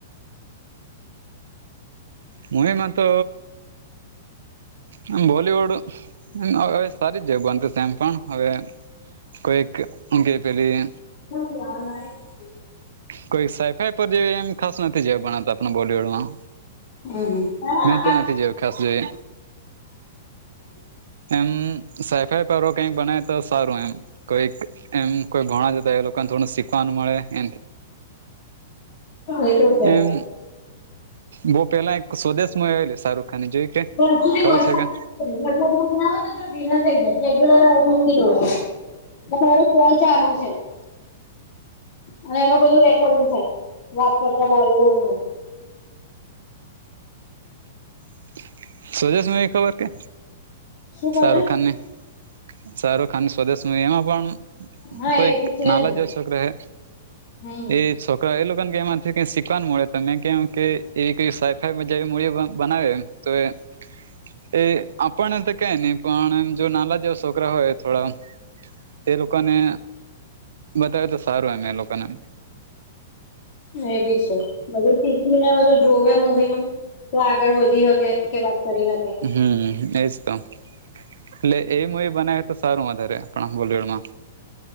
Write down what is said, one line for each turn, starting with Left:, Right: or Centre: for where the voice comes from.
Right: મુવી મા તો આમ બોલીવુડ <unintelligible> સારી જગ બનતી છે એમ પણ હવે કોઈક ઊંઘે પેલી
Left: <unintelligible>
Right: કોઈ સાઈફાઈ પર જે એમ ખાસ નથી જેવા ભણાતા આપણા બોલીવુડમાં
Left: હમ હમ
Right: મેં તો નથી જોયું ખાસ જોઈએ
Left: <unintelligible>
Right: એમ સાઈફાઈ પારો કઈક બનાય તો સારું એમ કોઈક એમ કોઈ ભણા જતા એ લોકોને થોડું શીખવાનું મળે <unintelligible>
Left: એ તો છે.
Right: એમ બહુ પેલા એક સ્વદેશમાં મુવી આવેલી શાહરૂખખાની જોય કે?
Left: <unintelligible>
Right: ખબર છે કે
Left: <unintelligible> અને એમાં બધું રેકોર્ડિંગ થાય વાત કરતા બોલીવુડ નું
Right: <unintelligible> ખબર કે
Left: શું કહો
Right: શારુખ
Left: છો
Right: ખાનને સારુંખાન સ્વદેશમાં મુવી એમાં પણ
Left: હા
Right: કોઈક
Left: એ બી છે
Right: નાલા
Left: જ ને
Right: જેવો શોકરો હે
Left: હમ
Right: એ છોકરાઓ એ લોકોને કે એમાંથી કઈ શીખવાનું મળે તો મેં કેમ કે એ સાઈફાઈમાં જેવી મૂવી બનાવે એમ તો એ આપણને તો કય નહી પણ એમ જો નાલા જેવા છોકરા હોય થોડા એ લોકોને બતાવે તો સારું એમ એલોકો ને એમ
Left: એ બી છે બધું શીખીને બધું જોવે મૂવીમાં તો આગળ વધી હકે વાત કરી મેં
Right: હમ એજ તો એટલે એ મુવી બનાવ તો સારું વધારે આપણા બોડરમાં.